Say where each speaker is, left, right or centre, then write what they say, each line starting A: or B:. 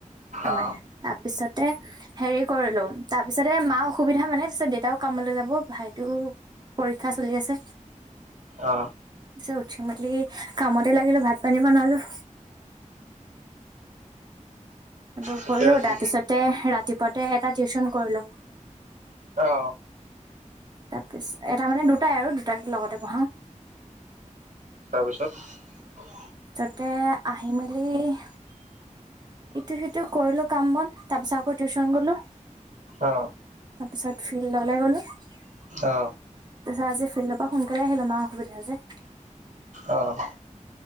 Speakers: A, on the right (about 35°); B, on the right (about 70°).
A: আমাৰ
B: অ
A: ইয়াত। তাৰপিছতে হেৰি কৰিলোঁ, তাৰ পিছতে মাৰ অসুবিধা মানে ছত দেউতাও কামলৈ যাব। ভাইটোও পৰীক্ষা চলি আছে।
B: অ
A: পিছে উঠি-মেলি কামত- তে লাগিলোঁ, ভাত-পানী বনালোঁ। সেইবোৰ
B: ঠিকে
A: কৰিলোঁ।
B: আছে
A: তাৰ পিছতে, ৰাতিপুৱাতে এটা টিউচন কৰিলোঁ।
B: অ
A: তাৰপিছ- এটা মানে দু- টা আৰু। দুটাকে লগতে পঢ়াওঁ।
B: তাৰ পিছত।
A: তে আহি-মেলি- ইটো-সিটো কৰিলোঁ কাম-বন। তাৰ পিছত আকৌ টিউচন গলোঁ।
B: অ
A: তাৰপিছত ফিল্ডলে গলোঁ। তাৰ পিছত
B: অ
A: আজি- ফিল্ডৰ পৰা সোনকালে আহিলোঁ। মাৰ অসুবিধা যে।
B: অহ।